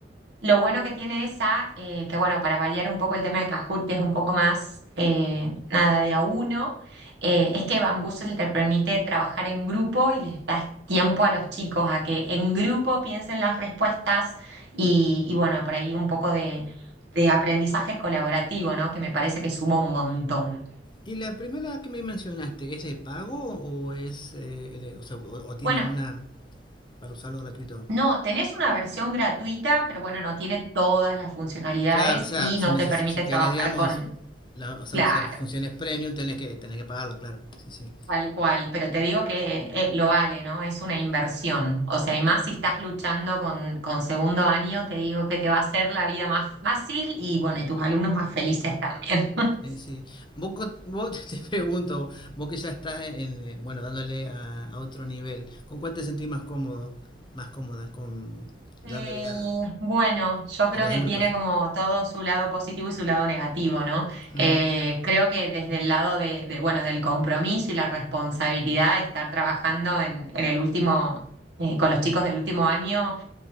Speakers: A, on the right; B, on the left.
A: Lo bueno que tiene esa, eh, que bueno, para variar un poco el tema de Kahoot, que es un poco más, eh, nada, de a uno, eh, es que Bamboozle te permite trabajar en grupo y les das tiempo a los chicos a que en grupo piensen las respuestas y, y bueno, por ahí un poco de, de aprendizaje colaborativo, ¿no? Que me parece que suma un montón.
B: ¿Y la primera que me mencionaste, es de pago o es eh, de- o, sea, o- o tiene
A: Bueno,
B: alguna para usarlo gratuito?
A: no, tenés una versión gratuita, pero bueno, no tiene todas las funcionalidades
B: Claro, o sea,
A: y
B: si
A: no
B: neces
A: te permite
B: si querés,
A: trabajar
B: digamos,
A: con...
B: la- o sea,
A: Claro.
B: usar funciones premium, tenés que tenés que pagarlo, claro. Sí, sí.
A: Tal cual, pero te digo que eh, lo vale, ¿no? Es una inversión. O sea, y más si estás luchando con, con segundo año, te digo que te va a hacer la vida más fácil y bueno, y tus alumnos más felices también. <laughs>
B: Eh, sí. Vos, co- vos <laughs> te pregunto, vos que ya estás en, eh, bueno, dándole a, a otro nivel, ¿con cuál te sentís más cómodo? Más cómoda, con
A: Eh,
B: dándole a...
A: bueno, yo creo
B: ¿Tenés
A: que
B: alguna
A: tiene
B: pref-
A: como todo su lado positivo y su lado negativo, ¿no?
B: Ujú,
A: Eh, creo que desde el lado de, de, bueno, del compromiso y la responsabilidad de estar trabajando en, en el último, eh, con los chicos del último año,